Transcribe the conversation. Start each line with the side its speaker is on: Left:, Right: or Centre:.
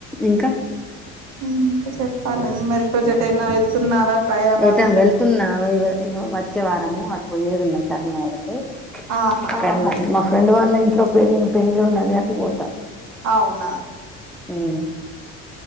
Centre: ఇంకా
Right: హ్మ్ ఇంకా చెప్పాలండి మరి ప్రజెట్ అయినా వెళ్తున్నారా ప్రయాణాలు
Centre: ఏటైనా వెళ్తున్నావా ఇగో ఇగో వ వచ్చే వారము అటు పోయేదున్నది కరీంనగర్ కి
Right: ఆహా
Centre: కరీంనగర్ మా ఫ్రెండ్ వాళ్ళ ఇంట్లో పెల్ పెండ్లి ఉన్నది అటు పోతా
Right: అవునా
Centre: హ్మ్